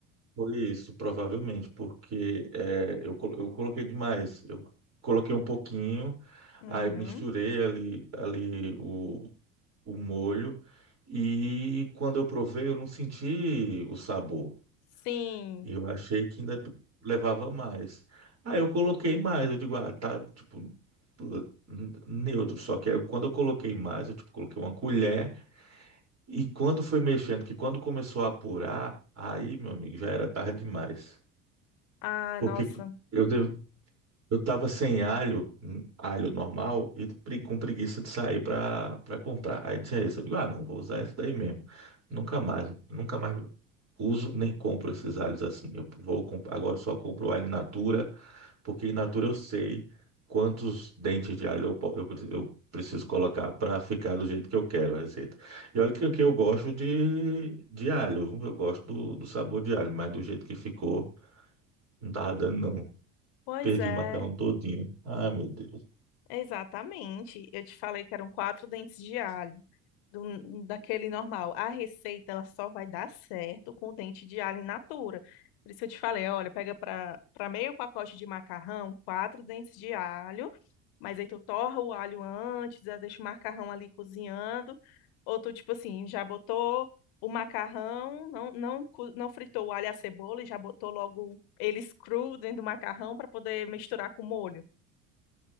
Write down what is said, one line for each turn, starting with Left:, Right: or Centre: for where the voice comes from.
Right: Foi isso, provavelmente, porque é, eu, col- eu coloquei demais. Eu coloquei um pouquinho,
Left: Uhum.
Right: aí misturei ali, ali o, o molho, e quando eu provei, eu não senti o sabor.
Left: Sim.
Right: E eu achei que ainda levava mais. Aí eu coloquei mais, eu digo, ah, tá, tipo, l- n- neutro. Só que aí quando eu coloquei mais, eu tipo, coloquei uma colher. E quando foi mexendo, que quando começou a apurar, aí, meu amigo, já era tarde demais.
Left: Ah,
Right: Porque
Left: nossa.
Right: eu eu tava sem alho, hum, alho normal, e pre- com preguiça de sair pra, pra comprar. Aí tinha isso. Eu digo, ah, não, vou usar esse daí mesmo. Nunca mais, nunca mais uso nem compro esses alhos assim. Eu vou, comp- agora eu só compro alho in natura, porque in natura eu sei quantos dentes de alho eu, po- eu, pre- eu preciso colocar pra ficar do jeito que eu quero a receita. E olha que, que eu gosto de, de alho, eu gosto do, do sabor de alho, mas do jeito que ficou, não tava dando não.
Left: Pois
Right: Perdi
Left: é,
Right: o macarrão todinho. Ah, meu Deus.
Left: exatamente. Eu te falei que eram quatro dentes de alho. do- daquele normal. A receita ela só vai dar certo com o dente de alho in natura. Por isso eu te falei, olha, pega para para meio pacote de macarrão, quatro dentes de alho, mas aí tu torra o alho antes, aí deixa o macarrão ali cozinhando, ou tu tipo assim, já botou o macarrão, não não co- não fritou o alho e a cebola e já botou logo eles cru dentro do macarrão para poder misturar com o molho.